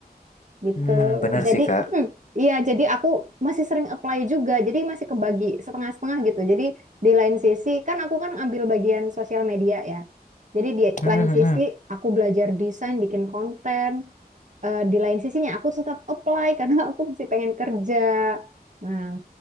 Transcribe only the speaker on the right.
gitu.
Jadi
mm, iya, jadi aku masih sering apply juga. Jadi masih kebagi setengah-setengah gitu. Jadi di lain sisi kan aku kan ambil bagian sosial media ya. Jadi di
lain
sisi
aku belajar desain, bikin konten. Eh, di lain sisinya aku tetap apply <laughs> karena aku masih pengen kerja. Nah,